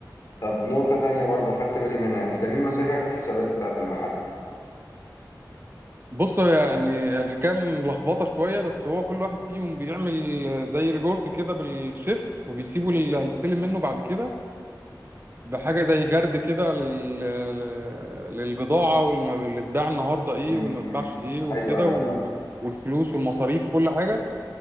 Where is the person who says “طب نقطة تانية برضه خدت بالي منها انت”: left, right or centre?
Left